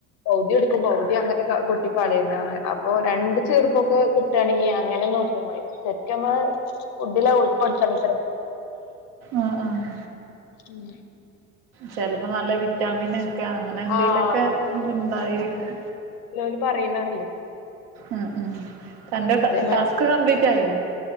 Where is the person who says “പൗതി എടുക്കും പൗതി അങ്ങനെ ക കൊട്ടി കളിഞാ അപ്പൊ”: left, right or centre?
Left